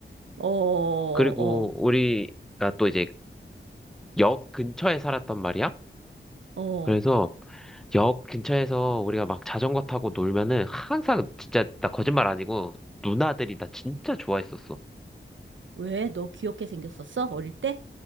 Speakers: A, on the right (about 75°); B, in the centre.
A: 어, 어,
B: 그리고 우리가 또 이제 역 근처에 살았단 말이야?
A: 어, 어.
B: 그래서 역 근처에서 우리가 막 자전거 타고 놀면은 항상 진짜 나 거짓말 아니고 누나들이 나 진짜 좋아했었어.
A: 왜? 너 귀엽게 생겼었어? 어릴 때?